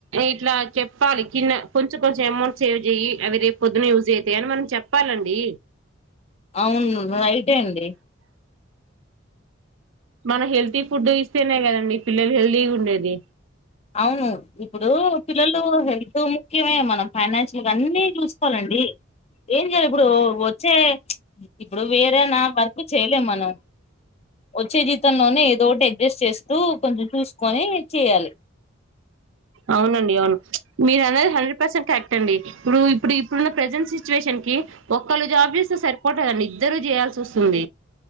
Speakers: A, on the right (about 70°); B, on the left (about 30°).
A: ఇట్లా చెప్పాలి కింద కొంచెం కొంచెం అమౌంట్ సేవ్ చెయ్యి అవి రేపు పొద్దున్న యూజ్ అవుతాయి అని మనం చెప్పాలండి
B: అవును రైటే అండి
A: మనం హెల్తీ ఫుడ్ ఇస్తేనే కదండి పిల్లలు హెల్తీ ఉండేది
B: అవును ఇప్పుడు పిల్లలు హెల్త్ ముఖ్యమే మనం ఫైనాన్షియల్ అన్నీ చూసుకోవాలండి ఏం చేయాలి ఇప్పుడు వచ్చే ఇప్పుడు వేరే నా వర్క్ చేయలేం మనం వచ్చే జీతంలోనే ఏదోటి అడ్జస్ట్ చేసు డు కొంచెం చూసుకొని చేయాలి
A: అవునండి అవును మీరు అన్నది హండ్రెడ్ పర్సెంట్ కరెక్ట్ అండి ఇప్పుడు ఇప్పుడు ఇప్పుడున్న ప్రజెంట్ సిచువేషన్ కి ఒక్కోళ్ళు జాబ్ చేస్తే సరిపోతుదండి ఇద్దరు చేయాల్సి వస్తుంది